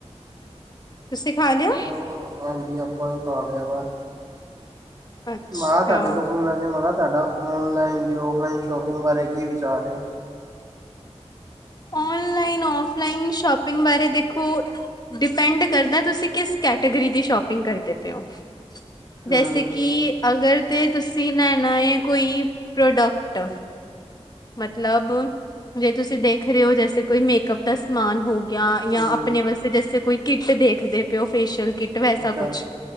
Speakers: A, on the left; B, on the right.
A: ਤੁਸੀਂ ਖਾ ਲਿਆ?
B: ਹੈਲੋ ਹਾਂਜੀ ਆਪਾਂ ਵੀ ਖਾ ਲਿਆ ਵਾ।
A: ਅੱਛਾ,
B: ਮੈਂ ਤੁਹਾਡੇ ਕੋਲ ਹੁੰਦਾ ਸੀ। ਤੁਹਾਡਾ ਔਨਲਾਈਨ ਤੇ ਔਫਲਾਈਨ ਸ਼ੋਪਿੰਗ ਬਾਰੇ ਕੀ ਵਿਚਾਰ ਏ?
A: ਔਨਲਾਈਨ, ਫਲਾਈਨ ਸ਼ੋਪਿੰਗ ਬਾਰੇ ਦੇ ਓ ਡਿਪੈਂਡ ਕਰਦਾ ਤੁਸੀਂ ਕਿਸ ਕੈਟੇਗਰੀ ਦੀ ਸ਼ੋਪਿੰਗ ਕਰਦੇ ਪਏ ਹੋ
B: ਹਮ
A: ਜੈਸੇ ਕਿ ਅਗਰ ਤੇ ਤੁਸੀਂ ਲੈਣਾ ਏ ਕੋਈ ਪ੍ਰੋਡਕਟ ਮਤਲਬ ਜੇ ਤੁਸੀਂ ਦੇਖ ਰਹੇ ਹੋ ਜੈਸੇ ਕੋਈ ਮੇਕਅਪ ਦਾ ਸਮਾਨ ਹੋ ਯਾਂ-ਯਾਂ
B: ਹਮ
A: ਆਪਨੇ ਵਾਸਤੇ ਜੈਸੇ ਕੋਈ ਕਿੱਟ ਦੇਖਦੇ ਪਏ ਹੋ, ਫੇਸ਼ੀਅਲ ਕਿੱਟ ਵੈਸਾ
B: ਅੱਛਾ
A: ਕੁਛ।